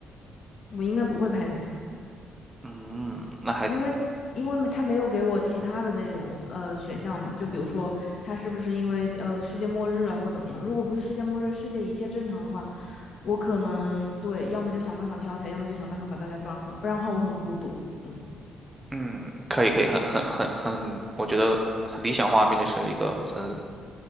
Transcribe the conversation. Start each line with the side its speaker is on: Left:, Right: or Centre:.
Left: 我应该不会 panic。
Right: 嗯，那还，
Left: 因为因为他没有给我其他的那种呃选项嘛，就比如说他是不是因为呃世界末日了或怎么样？如果不是世界末日，世界一切正常的话，我可能对，要么就想办法飘起来，要么就想办法把大家抓回来，不然的话我很孤独。嗯
Right: 嗯，可以可以，很很很很，我觉得很理想化，并且是一个很